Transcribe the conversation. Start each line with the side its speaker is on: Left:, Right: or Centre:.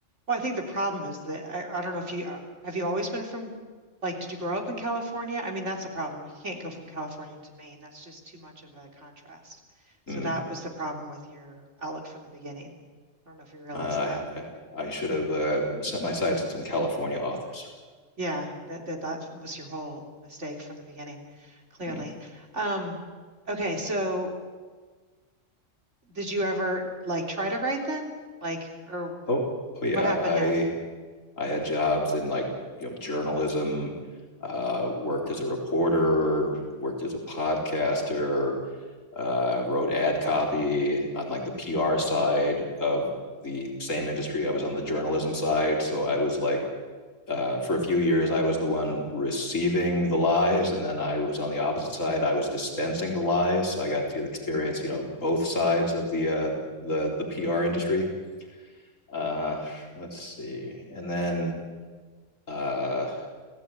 Right: Well, I think the problem is that I, I don't know if you uh, have you always been from like did you grow up in California? I mean, that's the problem. You can't go from California to Maine. That's just too much of a contrast. So
Left: Mm.
Right: that was the problem with your outlook from the beginning. I don't know if you realize
Left: Uh,
Right: that.
Left: I, I should have uh, set my sights on some California authors.
Right: Yeah, that that that was your whole mistake from the beginning, clearly.
Left: Mm.
Right: Um, okay, so did you ever like try to write then? Like, or
Left: Oh, oh yeah.
Right: what happened
Left: I
Right: there?
Left: I had jobs in like you know journalism, uh, worked as a reporter, worked as a podcaster, uh, wrote ad copy on like the PR side of the same industry. I was on the journalism side, so I was like uh, for a few years I was the one receiving the lies, and then I was on the opposite side. I was dispensing the lies, so I got to experience you know both sides of the uh, the the PR industry. Uh, let's see, and then uh,